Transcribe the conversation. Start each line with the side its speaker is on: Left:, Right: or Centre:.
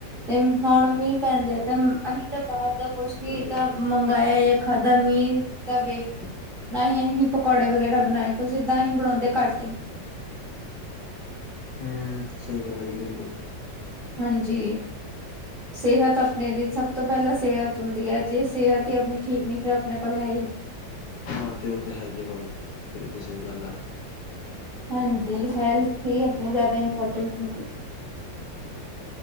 Right: ਤੇ ਹੁਣ ਮੀਂਹ ਪੈਂਦੇ, ਆ ਤੇ ਅਸੀਂ ਤਾਂ ਬਾਰ ਦਾ ਕੁਛ ਨੀ
Left: ਸਹੀ
Right: ਦ
Left: ਗੱਲ ਹੈ
Right: ਮੰਗਵਾਈਆਂ। ਖਾਧਾ ਮੀਂਹ ਤਾਂ ਵੇਖ ਕੇ ਨਾ ਹੀ ਅਸੀਂ ਪਕੌੜੇ ਵਗੈਰਾ ਬਣਾਏ। ਕੁਛ ਇਦਾਂ ਹੀ ਬਣਾਉਦੇ ਘੱਟ ਹੀ।
Left: ਹਮ ਸਹੀ, ਗੱਲ ਆ ਜੀ ਬਿਲਕੁਲ।
Right: ਹਾਂਜੀ ਸਿਹਤ ਆਪਣੇ ਲਈ, ਸਭ ਤੋਂ ਪੈਲਾਂ ਸਿਹਤ ਹੁੰਦੀ ਹੈ ਜੇ ਸਿਹਤ। ਤੇ ਆਪਣੀ ਠੀਕ ਨੀ, ਫਿਰ ਆਪਣੇ ਕੋਲ ਹੈ ਹੀ।
Left: ਹਾਂ ਤੇ ਉਹ ਤੇ ਹੈ ਹੀ ਹੈ, ਭਾ ਵੀ ਬਿਲਕੁਲ ਸਹੀ ਗੱਲ ਹੈ।
Right: ਹਾਂਜੀ, ਹੈਲਥ ਹੀ ਆਪਣੇ ਜ਼ਿਆਦਾ ਇੰਪੋਰਟੈਂਟ ਹ।